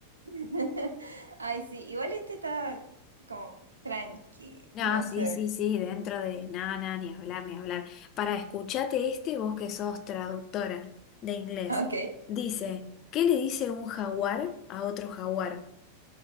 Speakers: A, on the right; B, on the left.
A: <laughs> Ay, sí, igual este está como tranqui,
B: No,
A: no
B: sí,
A: sé.
B: sí, sí, dentro de nada, nada, ni hablar, ni hablar. Para escuchate este, vos que sos traductora de inglés.
A: Ok,
B: Dice, ¿qué le dice un jaguar a otro jaguar?